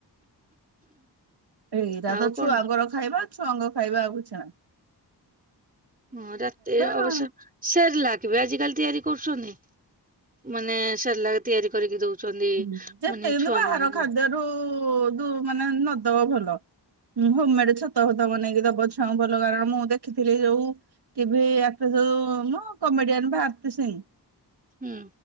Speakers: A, on the right; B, on the right.
A: ଏଇରା
B: ଆଉ
A: ତ
B: କଣ
A: ଛୁଆଙ୍କର ଖାଇବା। ଛୁଆଙ୍ଗ ଖାଇବା ଆକୁ କିଛି ଆନି।
B: ହଁ ରାତିରେ ଅବଶ୍ୟ
A: ନା
B: ସାର୍ ଲାଗିବେ ଆଜିିକାଲି ତିଆରି। କରୁଛନ୍ତି ମାନେ ସାଲାର୍ ତିଆରି କରିକି ଦଉଛନ୍ତି।
A: ହୁ ଯେତେ
B: ମାନେ
A: ହେଲେ
B: ଛୁଆ
A: ବାହାର
B: ମାନଙ୍କୁ
A: ଖାଦ୍ୟରୁ ତୁ ମାନେ ନ <unintelligible> ଭଲ ହୋମେଡ ଛତୁଆ ଫତୁଆ ବନେଇକି ଦବ ଛୁଆଙ୍କୁ ଭଲ କାରଣ ମୁଁ ଦେଖିଥିଲି ଯୋଉ ଟିଭି ଆସେ ଯୋଉ ମୋ କମେଡିଆନ ଭାରତୀ ସିଂ।
B: ହୁଁ।